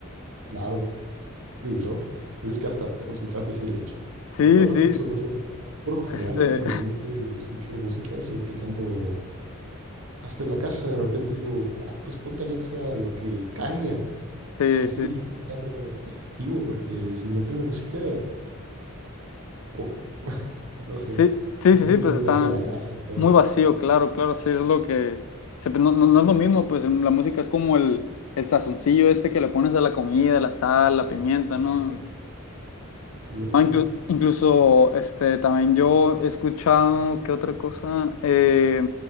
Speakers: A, on the right (about 70°); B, on the left (about 70°).
A: claro. Sí, ¿no? Pues es que hasta para concentrarte sirve.
B: Sí,
A: Y tiene bastantes
B: sí,
A: usos, no sé. Por lo general,
B: este,
A: mayormente escucho música siempre que ando hasta en la casa. De repente digo, ah, pues ponte Alexa lo que caiga.
B: <laughs> sí,
A: Ahora sí
B: sí,
A: que necesito estar activo porque si no tengo música, ojo, <laughs> no sé.
B: sí, sí,
A: Se
B: sí,
A: siente
B: sí, pues
A: muy
B: está
A: vacía la casa, hasta eso.
B: muy vacío, claro, claro, sí es lo que, se- no, no, no es lo mismo, pues la música es como el, el sazoncillo este que le pones a la comida, la sal, la pimienta,
A: Exacto,
B: ¿no?
A: exacto. Y eso
B: No,
A: sí.
B: inclu- incluso este, también yo he escuchado, ¿qué otra cosa? Eh,